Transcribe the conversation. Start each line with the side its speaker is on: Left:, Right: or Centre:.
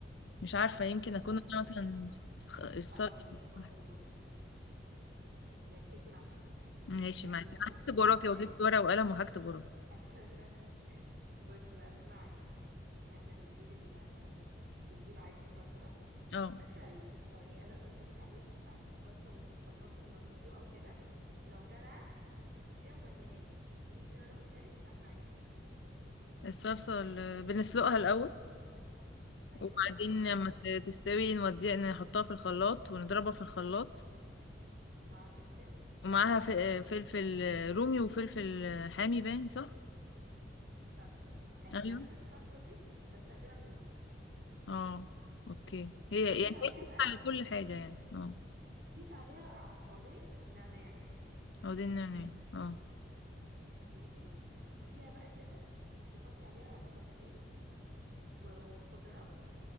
Left: مش عارفة يمكن أكون
Right: طب بص
Left: أنا مثلا خ- الصلصة
Right: هقولك اوكي
Left: <laughs>
Right: بصي ركزي معايا
Left: ماشي
Right: احنا
Left: معاكي أنا
Right: ممكن
Left: هكتب وراكي
Right: كمان
Left: وجبت ورقة وقلم وهكتب وراكي
Right: <laughs> بصي بقى اسمعي احنا بنجيب ال بنجيب عادي الصلصه
Left: اه
Right: فاكره ال- الطريقه اللي انا قلت لك عليها بتاعت الصلصه اللي في الخلاط والمسلوقه وكده لو جدعه افتكريها ومليها لي اللي انت اللي انا قلت لك سمعيها
Left: الصلصة اللي بنسلقها الأول
Right: ايوه
Left: وبعدين
Right: شاطره
Left: لما ت- تستوي نوديها نحطها في الخلاط ونضربها في الخلاط
Right: ومعاها فلفل
Left: ومعاها ف- فلفل رومي وفلفل حامي باين صح؟
Right: شاطر اهي
Left: ايوه
Right: نفس الصلصه دي بستخدمها في المحشي
Left: اه اوكي هي
Right: ضيفي
Left: يعني
Right: عليها
Left: هي بتنفع
Right: بقى
Left: لكل حاجه يعني اه
Right: ضيفي عليها ع- عودين نعناع
Left: او دي النعناع اه
Right: ماشي جيبيها بقى كده وحطي عليها بصلتين و- والخضره